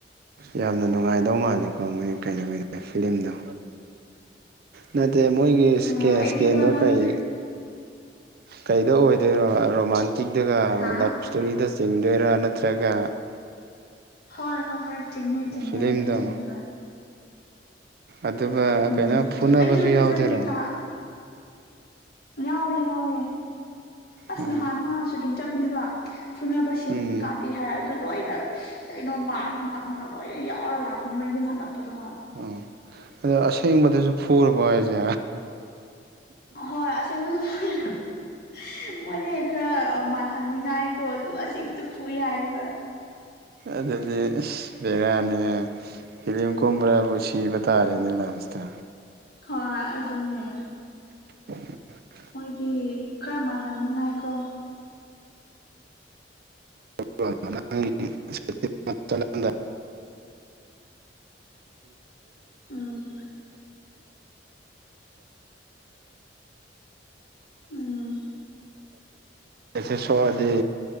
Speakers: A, on the right; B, on the left.
A: ꯌꯥꯝꯅ ꯅꯨꯡꯉꯥꯏꯗꯧ ꯃꯥꯜꯂꯤꯀꯣ ꯃꯣꯏ ꯀꯩꯅꯣ ꯐꯤꯂꯝꯗꯣ ꯅꯠꯇꯦ ꯃꯣꯏꯒꯤ
B: ꯑꯗꯨꯝ
A: ꯏꯁꯀ‌ꯦꯟ
B: ꯑꯣ ꯑꯩꯗꯤꯀꯣ
A: ꯏꯁꯀꯦꯟꯗꯣ
B: ꯅꯪ
A: ꯀꯔꯤ ꯀꯩꯗ ꯑꯣꯏꯗꯣꯏꯔꯣ ꯔꯣꯃꯥꯟꯇꯤꯛꯇꯒ
B: ꯍꯥ
A: ꯂꯞ ꯏꯁꯇꯣꯔꯤꯗ ꯆꯤꯡꯗꯣꯏꯔ ꯅꯠꯇ꯭ꯔꯒ
B: ꯍꯣꯏ ꯍꯣꯏ ꯍꯣꯏ ꯆꯤꯡꯉ‌ꯦ ꯆꯤꯡꯉꯦ
A: ꯐꯤꯂꯝꯗꯣ
B: ꯑꯗꯨꯗ ꯆꯤꯡꯉꯦ ꯍꯣꯏ
A: ꯑꯗꯨꯒ
B: ꯎꯝ
A: ꯀꯩꯅꯣ ꯐꯨꯅꯕꯁꯨ
B: ꯑꯩꯁꯨ ꯐꯖꯅꯗꯤ
A: ꯌꯥꯎꯗꯣꯏꯔꯥ
B: ꯇꯥ ꯌꯥꯎꯋꯦ ꯌꯥꯎꯋꯦ ꯑꯁ
A: ꯎꯝ
B: ꯅꯍꯥꯟ ꯃꯥ ꯁꯨꯇꯤꯡ ꯆꯞꯄꯅꯦꯕ ꯐꯨꯅꯕ ꯁꯤꯟ
A: ꯎꯝ
B: ꯀꯥꯞꯄ‌ꯦ ꯍꯥꯏ ꯑꯗꯨ ꯂꯣꯏꯅ ꯀꯩꯅꯣ ꯃꯥ꯭ꯔꯛ ꯃꯥ꯭ꯔꯛ ꯃꯥ꯭ꯔꯛ ꯂꯣꯏꯅ ꯌꯥꯎꯔ ꯂꯥꯛꯄꯅꯦꯕ ꯌꯨꯝ ꯍꯜꯂꯛꯄꯗꯣ
A: ꯎꯝ ꯑꯗꯣ ꯑꯁꯦꯡꯕꯗꯁꯨ ꯐꯨꯨꯔꯕꯣ ꯍꯥꯏꯁꯦ
B: ꯍꯣꯏ ꯑꯁꯦꯡꯕꯁꯨ ꯐꯨꯏ ꯍꯥꯏ__ <unintelligible> ꯃꯣꯏꯗꯤ ꯈꯔ ꯑ ꯃꯥꯟꯍꯟꯅꯤꯡꯉꯥꯏꯀꯣ ꯑꯗꯨꯒ ꯑꯁꯦꯡꯕꯁꯨ ꯐꯨꯏ ꯍꯥꯏꯌꯦꯕ
A: ꯑꯗꯨꯗꯤ ꯏꯁ ꯕꯦꯔꯥꯅꯤꯍꯦ ꯐꯤꯂꯤꯝ ꯀꯨꯝꯕꯈꯔꯥꯕꯨ ꯁꯤꯕ ꯇꯥꯔꯦꯅꯦ ꯂꯥꯥꯁꯇ
B: ꯍꯣꯏ ꯑꯗꯨꯅꯦ
A: <unintelligible>
B: ꯃꯣꯏꯗꯤ ꯈꯔ ꯃꯥꯜ ꯍꯟꯅꯤꯡꯉꯥꯏ ꯀꯣ
A: <unintelligible>
B: ꯎꯝ ꯎꯝ
A: <unintelligible> ꯁꯣꯛꯑꯗꯤ